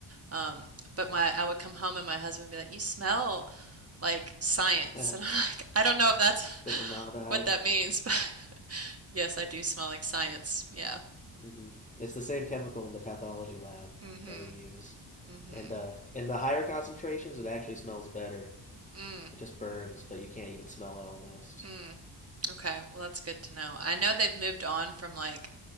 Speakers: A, on the right (about 30°); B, on the left (about 15°).
A: Um, but my I would come home and my husband would be like, "You smell like science."
B: <laughs>
A: <laughs> And I'm like, "I don't know if that's
B: the formaldehyde.
A: <laughs> what that means, but <laughs> yes, I do smell like science." Yeah.
B: hmm It's the same chemical in the pathology lab
A: Mm-hmm.
B: that we use.
A: Mm-hmm.
B: And uh, in the higher concentrations, it actually smells better.
A: Mm.
B: It just burns, but you can't even smell it almost.
A: Mm. Okay. Well, that's good to know. I know they've moved on from like